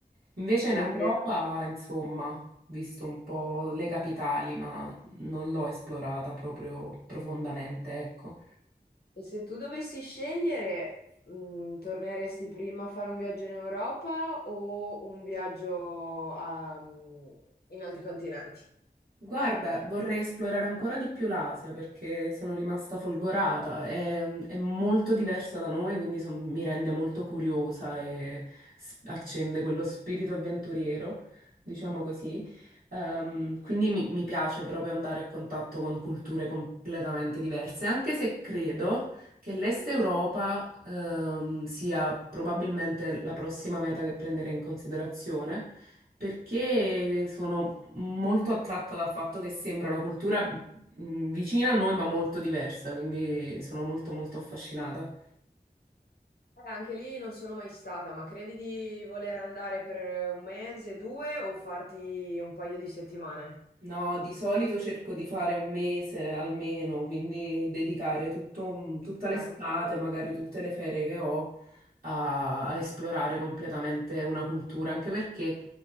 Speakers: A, on the right; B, on the left.
A: Invece
B: Ma
A: in Europa,
B: credo che...
A: insomma, ho visto un po' le capitali, ma non l'ho esplorata proprio profondamente, ecco.
B: E se tu dovessi scegliere, mh, torneresti prima a fare un viaggio in Europa o un viaggio a- in altri continenti?
A: Guarda, vorrei esplorare ancora di più l'Asia perché sono rimasta folgorata. È, è molto diversa da noi, quindi son- mi rende molto curiosa e s- accende quello spirito avventuriero, diciamo così. Ehm, quindi mi, mi piace proprio andare a contatto con culture completamente diverse, anche se credo che l'Est Europa, ehm, sia probabilmente la prossima meta che prenderei in considerazione perché sono molto attratta dal fatto che sembra una cultura mh, vicina a noi, ma molto diversa, quindi sono molto molto affascinata.
B: Eh, anche lì non sono mai stata, ma credi di voler andare per un mese, due o farti un paio di settimane?
A: No, di solito cerco di fare un mese almeno, quindi dedicare tutto- mm, tutta l'estate,
B: Certo,
A: magari tutte le ferie che ho, a, a esplorare completamente una cultura, anche perché